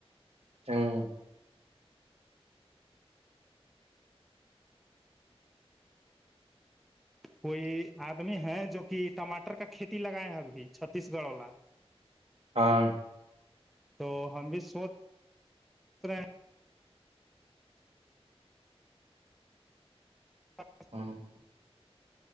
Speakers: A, on the right; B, in the centre.
A: ہمم
B: کوئی آدمی ہے جو کہ ٹماٹر کا کھیتی لگائے ابھی چھتیس گڑھ والا
A: ہاں
B: تو ہم بھی سوچ سوچ رہے ا
A: ہاںاں